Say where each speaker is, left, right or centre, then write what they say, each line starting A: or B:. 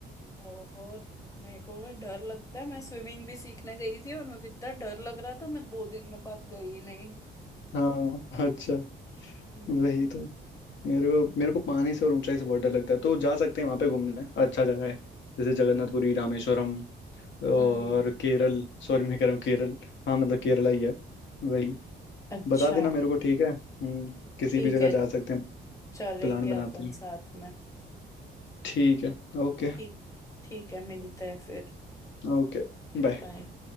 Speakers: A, on the left; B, on the left.
A: बहुत मेरे को भी डर लगता है मैं स्विमिंग भी सीखने गई थी और मेरे को इतना डर लग रहा था मैं दो दिन में बाद गई ही नहीं
B: हाँ अच्छा
A: हम्म
B: वही तो मेरे को मेरे को पानी से और ऊंचाई से बहुत डर लगता है तो जा सकते हैं वहां पे घूमने अच्छा जगह है जैसे जगन्नाथपुरी रामेश्वरम और
A: हम्म
B: केरल सॉरी मैं कह रहा हूँ केरल हाँ मतलब केरला ही है वही
A: अच्छा
B: बता देना मेरे को ठीक है हम्म किसी
A: ठीक
B: भी जगह
A: है
B: जा सकते हैं
A: चलेंगे
B: प्लान बनाते
A: अपन
B: हैं
A: साथ में
B: ठीक है ओके
A: ठीक ठीक है मिलते हैं फिर
B: ओके बाय
A: बाय